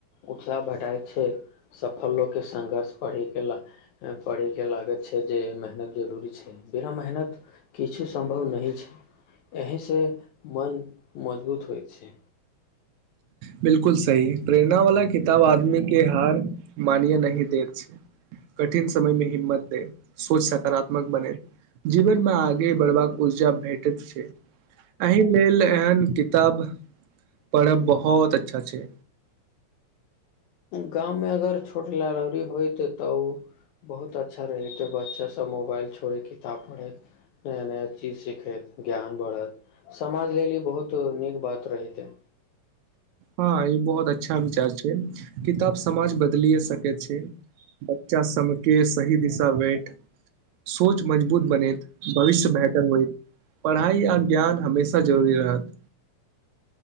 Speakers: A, on the left (about 75°); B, on the right (about 75°).
A: उत्साह भेटाइत छै सफल लोकके सङ्घर्ष पढ़यके ला पढ़यके लागैत छै जे मेहनत जरूरी छै बिना मेहनत किछु सम्भव नहि छै एहिसँ मन मजबूत होइत छै
B: बिलकुल सही प्रेरणा वाला किताब आदमी के हार मानय नहि देैत छै कठिन समय मे हिम्मत दे सोच सकारात्मक बने जीवन मे आगे बढ़बाक ऊर्जा भेटैत छै एहि लेल एहन किताब पढ़ब बहुत बहुत अच्छा छै।
A: गाँवमे अगर छोट लाइब्ररी होइत तऽ ओ बहुत अच्छा रहैत बच्चासभ मोबाइल छोड़ैत किताब पढ़ैत नया नया चीज सीखैत ज्ञान बढ़त समाज लेल ई बहुत नीक बात रहितै
B: हँ ई बहुत अच्छा विचार छै किताब समाज बदलिए सकै छै बच्चा सभके सही दिशा बैठ सोच मजबूत बनेैत भविष्य बेहतर होय पढ़ाई आ ज्ञान हमेशा जरूरी रहत